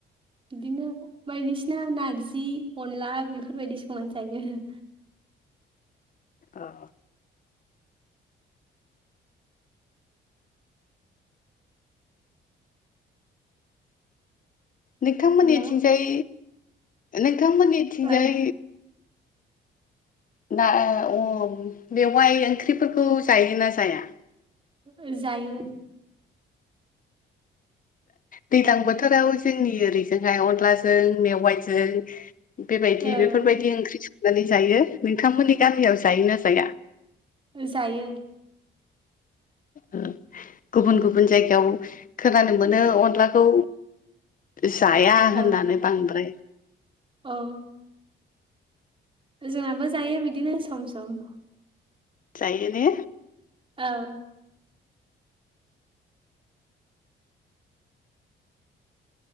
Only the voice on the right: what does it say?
बिदिनो बायदिसिना नारजि अनला बेफोरबायदि संनानै जायो आरो।
हेलौ
ओं
<unintelligible> जायो।
ओं
जायो।
ओं
औ। जोंनाबो जायो बिदिनो सम सम।
औ।